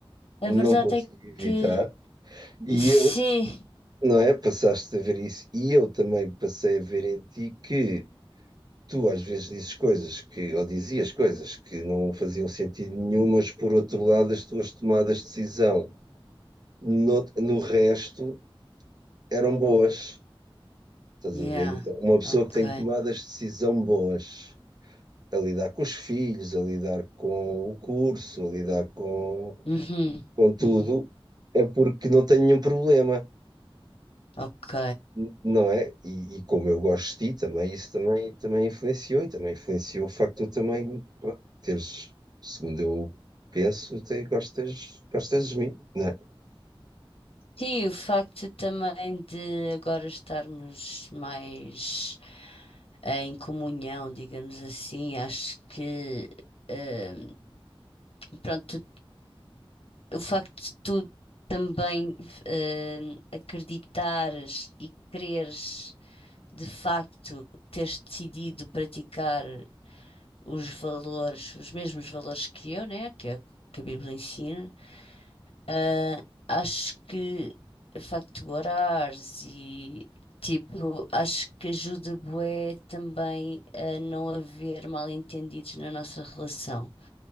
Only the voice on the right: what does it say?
não
conseguia
evitar.
E
eu Não é? Passaste a ver isso e eu também passei a ver em ti que tu às vezes dizes coisas que, ou dizias coisas que não faziam sentido nenhum, mas por outro lado as tuas tomadas de decisão no, no resto eram boas. Estás
a ver? Então, uma pessoa
que tem tomadas de decisão boas, a lidar com os filhos, a lidar com o curso, a lidar com,
com tudo,
é porque não tem nenhum problema.
N- Não é? E, e como eu gosto de ti também, isso também, também influenciou e também influenciou o facto de tu também pá, teres, segundo eu penso, te, gostas, gostas de mim, não é?